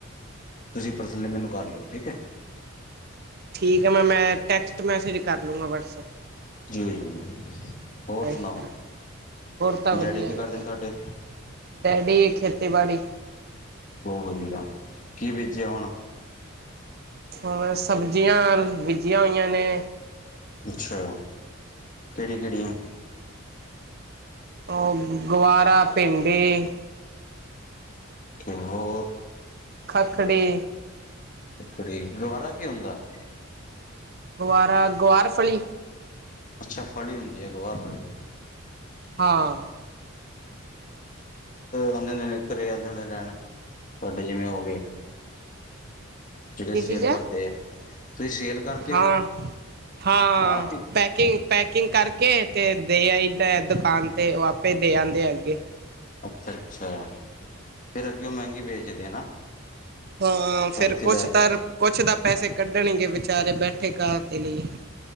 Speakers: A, on the left; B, on the right.
A: ਤੁਸੀਂ ਪਰਸਨਲੀ ਮੈਨੂੰ ਕਰ ਲਿਓ, ਠੀਕ ਐ।
B: ਠੀਕ ਐ, ਮੈਂ ਮੈਂ ਟੈਕਸਟ ਮੈਸੇਜ ਕਰ ਲੂਗਾ ਵਟਸਐਪ
A: ਜੀ ਜੀ ਹੋਰ ਸੁਣਾਓ,
B: ਅੱਛਾ ਹੋਰ ਤਾਂ ਵਧੀਆ
A: ਡੈਡੀ ਕੀ
B: ਵੀਰੇ
A: ਕਰਦੇ ਨੇ ਤੁਹਾਡੇ?
B: ਡੈਡੀ ਖੇਤੀਬਾੜੀ।
A: ਬਹੁਤ ਵਧੀਆ, ਕੀ ਬੀਜਿਆ ਹੁਣ?
B: ਹੁਣ ਸਬਜ਼ੀਆਂ ਬੀਜੀਆਂ ਹੋਈਆਂ ਨੇ।
A: ਅੱਛਾ, ਕਿਹੜੀ ਕਿਹੜੀਆਂ?
B: ਉਹ ਗੁਆਰਾ, ਭਿੰਡੀ
A: ਤੇ ਹੋ
B: ਖੱਖੜੇ
A: ਕੱਕੜੀ, ਗੁਆਰਾ ਕੀ ਹੁੰਦਾ?
B: ਗੁਆਰਾ ਗੁਆਰਫਲੀ।
A: ਅੱਛਾ, ਫਲੀ ਹੁੰਦੀ ਐ, ਗੁਆਰ ਫਲੀ।
B: ਹਾਂ
A: ਆਉਂਦੇ ਨੇ ਘਰੇ ਆਉਂਦੇ ਹੋਣੇ ਰਹਿਣਾ, ਤੁਹਾਡੇ ਜਿਵੇਂ ਹੋ ਗਏ। ਜਿਹੜੇ
B: ਕੀ
A: ਸੇਲ
B: ਚੀਜ਼ ਹੈ?
A: ਕਰਦੇ ਆ, ਤੁਸੀਂ ਸੇਲ ਕਰਦੇ
B: ਹਾਂ
A: ਹੋ?
B: ਹਾਂ ਆ,
A: ਆਪ ਹੀ?
B: ਪੈਕਿੰਗ ਪੈਕਿੰਗ ਕਰਕੇ ਤੇ ਦੇ ਆਈ ਦਾ ਦੁਕਾਨ 'ਤੇ, ਉਹ ਆਪੇ ਦੇ ਆਂਦੇ ਆ ਅੱਗੇ।
A: ਅੱਛਾ ਅੱਛਾ, ਫਿਰ ਅੱਗੇ ਉਹ ਮਹਿੰਗੀ ਵੇਚਦੇ ਨਾ।
B: ਹਾਂ, ਫਿਰ
A: ਸਸਤੀ
B: ਕੁਛ
A: ਲੈ ਕੇ।
B: ਤਾਂ ਕੁਛ ਤਾਂ ਪੈਸੇ ਕੱਢਣਗੇ ਵਿਚਾਰੇ ਬੈਠੇ ਕਾਹਦੇ ਦੇ ਲਈ ਐ।